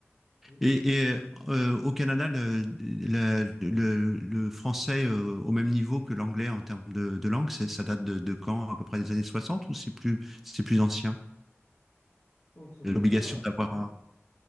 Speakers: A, on the left; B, in the centre.
A: Mm.
B: Et, et, euh, au Canada, le, la- le- le français euh, au même niveau que l'anglais en termes de, de langue, c'est- ça date de, de quand? À peu près des années 60, ou c'est plus, c'est plus ancien?
A: Donc déjà,
B: L'obligation d'avoir un...